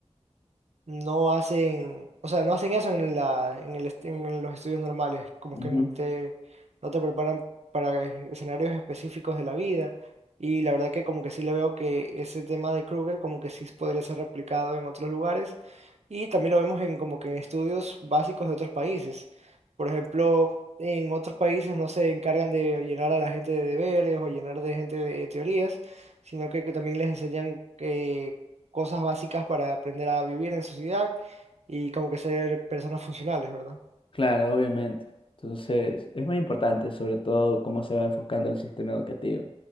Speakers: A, on the right (about 70°); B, on the left (about 50°).
A: no hacen, o sea, no hacen eso en la, en el, est- en los estudios normales, como
B: ujú,
A: que no te, no te preparan para e- escenarios específicos de la vida. Y la verdad que como que sí le veo que ese tema de Kruger como que sí podría ser replicado en otros lugares. Y también lo vemos en como que en estudios básicos de otros países. Por ejemplo, en otros países no se encargan de llenar a la gente de deberes o llenar de gente de teorías, sino que, que también les enseñan cosas básicas para aprender a vivir en sociedad y como que ser personas funcionales, ¿verdad?
B: claro, obviamente. Entonces, es muy importante sobre todo cómo se va enfocando el sistema educativo,